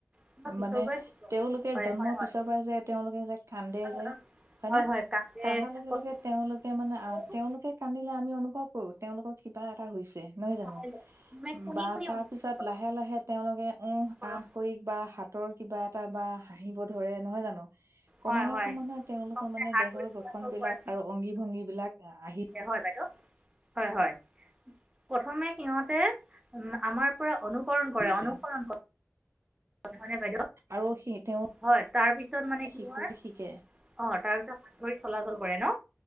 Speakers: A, on the right; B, on the right.
A: জন্মৰ পিছৰ
B: মানে
A: পৰাই শিকায়
B: তেওঁলোকে
A: পাৰে
B: জন্মৰ
A: হয় হয়
B: পিছৰ পৰা যে তেওঁলোকে যে কান্দে
A: আহ,
B: যে
A: আহ,
B: হয়নে
A: হয় হয় কান্দে
B: কান্দা লগে
A: প্ৰথমতে
B: লগে তেওঁলোকে মানে
A: প্ৰথমতে
B: আ তেওঁলোকে কান্দিলে আমি অনুভৱ কৰোঁ তেওঁলোকৰ কিবা এটা হৈছে নহয় জানো
A: চাই লয় মানে শুনি
B: বা
A: শুনি
B: তাৰপিছত
A: অনুকৰণ
B: লাহে লাহে তেওঁলোকে উহঃ
A: কৰে
B: আহঃ কৰি বা হাতৰ কিবা এটা বা হাঁহিব ধৰে নহয় জানো। ক্ৰমান্বয়ে
A: হয় হয়
B: ক্ৰমান্বয়ে তেওঁলোকৰ মানে
A: হাত
B: দেহৰ
A: ভৰি চলাচল
B: গঠন বিলাক
A: কৰে।
B: আৰু অংগী ভংগী বিলাক আহি
A: হয় বাইদেউ হয় হয় প্ৰথমে সিহঁতে আমাৰ অনুকৰণ কৰে
B: পৰিছে
A: অনুসৰণ কৰে নহয় নে বাইদেউ।
B: আৰু সি তেওঁ
A: হয় তাৰপিছত মানে কি
B: শিশু
A: হয়
B: শিকে
A: অ' তাৰপিছত হাত ধৰি চলাচল কৰে ন।